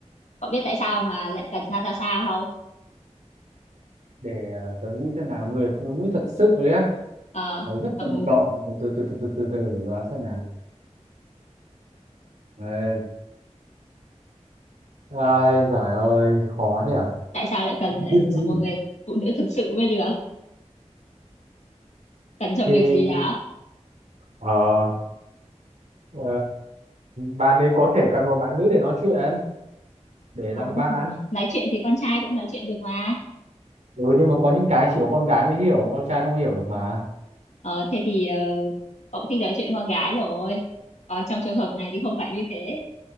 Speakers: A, on the left; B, on the right.
A: cậu biết tại sao mà lại cần Natasha không
B: để ờ, tớ nghĩ xem nào người phụ nữ thật sự đấy á
A: Ờ,
B: tớ rất
A: ờ,
B: cần cậu từ từ từ từ từ từ, từ để đoán xem nào Ờ, ai giời ơi khó nhỉ
A: tại sao lại cần
B: thì
A: phải là
B: thì
A: một người phụ nữ thực sự mới được cần cho
B: thì,
A: việc gì đó
B: ờ, ờ, bạn ấy có thể cần một bạn nữ để nói chuyện để
A: Không,
B: làm bạn
A: nói chuyện thì con trai cũng nói chuyện được mà.
B: ừ nhưng mà có những cái chỉ có con gái mới hiểu con trai không hiểu được mà
A: Ờ, thế thì ờ, cậu thích nói chuyện con gái rồi. Còn trong trường hợp này thì không phải như thế.